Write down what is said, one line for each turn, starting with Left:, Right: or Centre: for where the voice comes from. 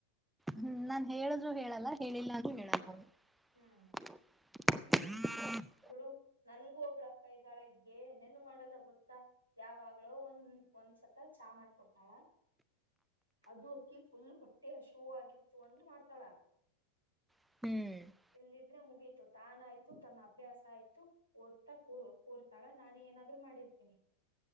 Centre: ಹ್ಮ್ ನಾನ್ ಹೇಳ್ೂ ಹೇಳಲ್ಲ ಹೇಳಿಲ್ಲ ಅೂ ಹೇಳಲ್ಲ ಹ್ಮ
Right: ಹ್ಮ್ ಹುಡು ನನ್ಗೂ ಒಬ್ಳ ಅಕ್ಕಾಯ ಇದ್ದಾಳಗ್ಗೆ ಏನೇನು ಮಾಡಲ್ಲ ಗೊತ್ತಾ ಯಾವಾಗ್ಲೋ ಒಂದ ಒಂದ್ಸತ ಚಾ ಮಾಡ್ಕೊಡ್ತಾಳ ಅದು ಅಕ್ಕಿ ಫುಲ್ ಹೊಟ್ಟೆ ಹಶೂ ಆಗಿತ್ತು ಅಂದ್ರ ಮಾಡ್ತಾಳ
Centre: ಹ್ಮ್
Right: ಎಲ್ಲಿದ್ರೆ ಮುಗೀತು ತಾನಾಯಯ್ತು ತನ್ನ ಅಭ್ಯಾಸ ಆಯ್ತು ಓದ್ತಾ ಕೂ ಕೂರ್ತಾಳ ನಾನು ಏನಾದ್ರು ಮಾಡಿರ್ತೀನಿ